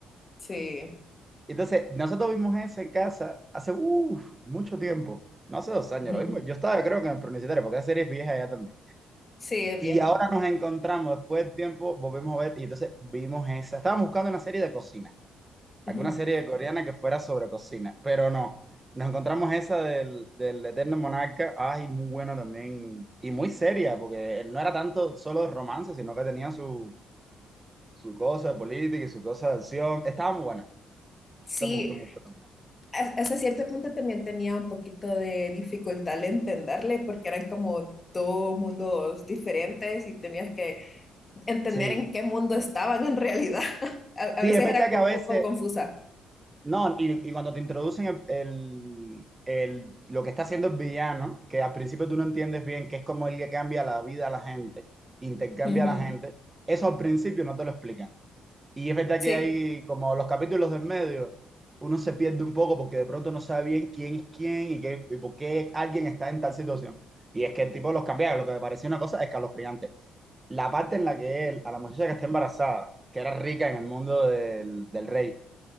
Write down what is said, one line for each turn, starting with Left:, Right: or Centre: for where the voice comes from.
Left: sí.
Right: Entonces, nosotros vimos ese en casa hace uf, mucho tiempo, no hace dos años,
Left: ujú.
Right: lo vimos. Yo estaba, creo que en el preuniversitario, porque esa serie es vieja ya también.
Left: Sí, es
Right: Y
Left: vieja.
Right: ahora nos encontramos, después del tiempo, volvemos a ver, y entonces vimos esa. Estábamos buscando una serie de cocina, alguna
Left: Ujú.
Right: serie coreana que fuera sobre cocina, pero no. Nos encontramos esa del, del Eterno Monarca, ay, muy buena también, y muy seria, porque no era tanto solo de romance, sino que tenía su, su cosa de política y su cosa de acción. Estaba muy buena,
Left: Sí,
Right: esa me gustó mucho también.
Left: a- hasta cierto punto también tenía un poquito de dificultad al entenderle, porque eran como dos mundos diferentes y tenías que entender
Right: Sí,
Left: en qué mundo estaban en realidad. <laughs> A, a
Right: Sí,
Left: veces
Right: es verdad
Left: era
Right: que
Left: como,
Right: a veces,
Left: como confusa.
Right: no, y, y cuando te introducen el, el- el- lo que está haciendo el villano, que al principio tú no entiendes bien, que es como él le cambia la vida a la gente, intercambia
Left: Ujú.
Right: a la gente, eso al principio no te lo explican. Y es verdad
Left: Sí,
Right: que hay como los capítulos del medio, uno se pierde un poco porque de pronto no sabe bien quién es quién y, qué, y por qué alguien está en tal situación. Y es que el tipo los cambia, lo que me pareció una cosa escalofriante. La parte en la que él, a la muchacha que está embarazada, que era rica en el mundo del del rey,